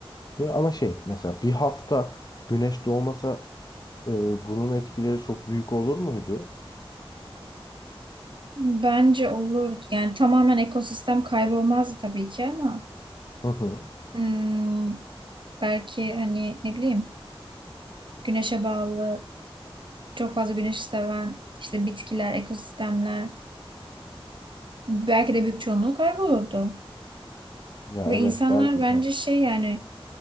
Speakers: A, on the left; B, on the right.
A: Değil mi? Ama şey mesela bir hafta güneş doğmasa e, bunun etkileri çok büyük olur muydu?
B: Bence olurdu. Yani tamamen ekosistem kaybolmazdı tabii ki ama
A: Hı hı.
B: hmm, belki hani ne bileyim güneşe bağlı Çok fazla güneş seven işte bitkiler, ekosistemler belki de büyük çoğunluğu kaybolurdu.
A: Ya
B: Ve
A: evet
B: insanlar
A: belki
B: bence
A: de.
B: şey yani